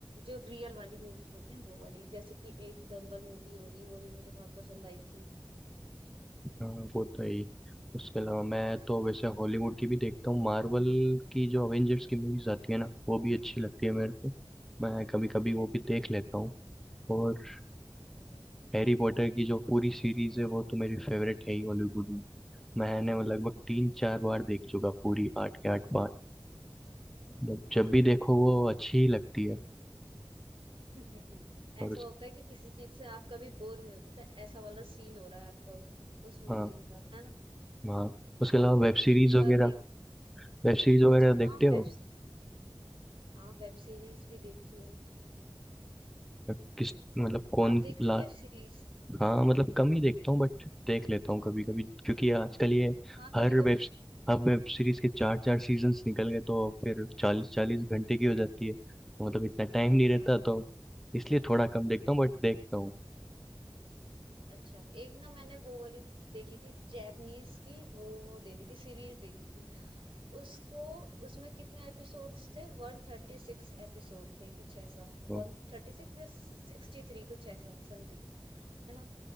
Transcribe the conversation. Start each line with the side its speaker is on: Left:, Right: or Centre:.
Right: जो रियल वाली मूवीज होती हैं वो वाली जैसे कि एक दंगल मूवी होगी वो भी मुझे बहुत पसंद आई थी
Centre: हाँ वो तो है ही उसके अलावा मैं तो वैसे हॉलीवुड की भी देखता हूँ मार्वल की जो अवेंजर्स की मूवीज आती है ना वो भी अच्छी लगती है मेरे को मैं कभी कभी वो भी देख लेता हूँ और हैरी पॉटर की जो पूरी सीरीज है वो तो मेरी फेवरेट है ही हॉलीवुड में मैंने वो लगभग तीन चार बार देख चुका पूरी आठ के आठ पार्ट मतलब जब भी देखो वो अच्छी ही लगती है
Right: <laughs> ऐसा
Centre: और उस
Right: होता है कि किसी चीज से आप कभी बोर नहीं होते तो ऐसा वाला सीन हो रहा है आपका उस मूवी
Centre: हाँ
Right: के साथ है ना
Centre: हाँ उसके अलावा वेब
Right: कि
Centre: सीरीज
Right: कितनी
Centre: वगैरह
Right: बार देखो
Centre: वेब सीरीज वगैरह
Right: अच्छा हाँ
Centre: देखते हो
Right: वेब सीरीज हाँ वेब सीरीज भी देखती हूँ
Centre: किस मतलब कौन
Right: आप देखते
Centre: ला
Right: हो वेब सीरीज
Centre: हाँ मतलब कम ही देखता हूँ बट देख लेता हूँ कभी कभी क्योंकि आजकल ये
Right: हाँ
Centre: हर
Right: कभी कभी
Centre: वेब हर वेब सीरीज के चार चार सीजन्स निकल गए तो फिर चालीस चालीस घंटे की हो जाती है मतलब इतना टाइम नहीं रहता
Right: हाँ
Centre: तो इसलिए थोड़ा कम देखता हूँ बट देखता हूँ
Right: अच्छा एक ना मैंने वो वाली देखी थी जैपनीज की वो देखी थी सीरीज देखी थी उसको उसमें कितने एपिसोड्स थे वन थर्टी सिक्स एपिसोड थे कुछ ऐसा
Centre: तो
Right: वन थर्टी सिक्स या सिक्सटी थ्री कुछ ऐसा समथिंग है ना